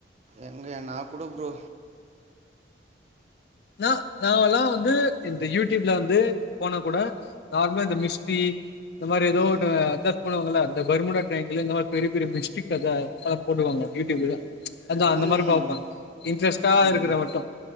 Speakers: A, on the right (about 35°); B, on the left (about 60°).
A: எங்கய நா கூட ப்ரோ
B: நா நாங்கலா வந்து இந்த யூடியூப்ல வந்து போனா கூட நார்மலா இந்த மிஸ்ட்ரி இந்த மாரி எதோ
A: ம்
B: ஒன்னு அதா போடுவாங்கல்ல அந்த பருமுடா ட்ரைங்ல இந்த மாரி பெரிய பெரிய மிஸ்ட்ரிக் கத அத போடுவாங்க யூடியூப்ல அதா அந்த
A: ம்
B: மாரி
A: ம்
B: பாப்பே இன்ட்ரெஸ்ட்டா
A: ம்
B: இருக்குற மட்டு